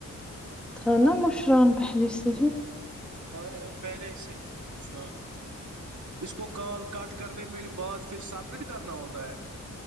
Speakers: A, in the centre; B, on the right (about 65°).
A: تھا نا مشران پہلے سے ہی
B: ہاں ہاں پہلے ہی سے مشران اس کو کال کٹ کرنے میں بعد پھر سبمٹ کرنا ہوتا ہے